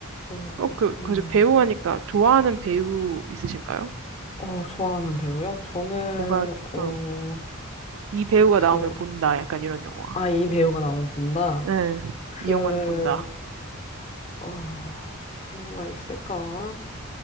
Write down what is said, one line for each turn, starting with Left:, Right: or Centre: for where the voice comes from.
Left: 저,
Right: 어, 그,
Left: 음,
Right: 그 배우 하니까 좋아하는 배우 있으신가요?
Left: 어, 좋아하는 배우요? 저는,
Right: 뭔가
Left: 어,
Right: 어, 이 배우가
Left: 그,
Right: 나오면 본다. 약간 이런 영화.
Left: 아, 이 배우가 나오면 본다.
Right: 네.
Left: 그,
Right: 이 영화는 본다.
Left: 어, 누가 있을까?